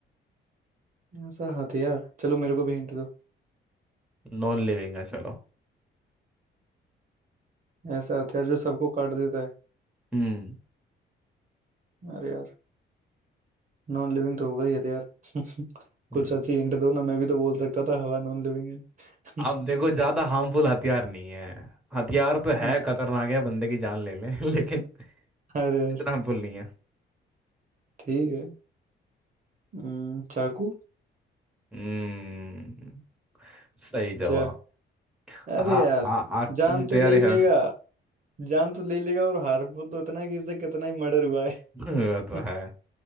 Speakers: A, on the right; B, in the centre.
A: ऐसा हथियार चलो मेरे को भी हिंट दो
B: नॉन लिविंग है चलो
A: ऐसा हथियार जो सबको काट देता है
B: हम्म
A: अरे यार नॉन लिविंग तो होगा ही हथियार <laughs>
B: हम्म
A: कुछ अच्छी हिंट दो ना मैं भी तो बोल सकता था हवा नॉन लिविंग है
B: अब
A: <laughs>
B: देखो ज्यादा हार्मफुल हथियार नहीं है हथियार तो है
A: अच्छा,
B: खतरनाक है बंदे की जान ले ले <laughs> लेकिन
A: अरे यार
B: इतना हार्मफुल नहीं है
A: ठीक है हम्म, चाकू
B: हम्म सही जवाब
A: क्या अरे
B: आ,
A: यार
B: आ, आज
A: जान
B: तुम तैयार
A: तो ले ही लेगा
B: है <laughs>
A: जान तो ले ही लेगा और हार्मफुल तो इतना है कि इससे कितना ही मर्डर हुआ है
B: वो तो
A: <laughs>
B: है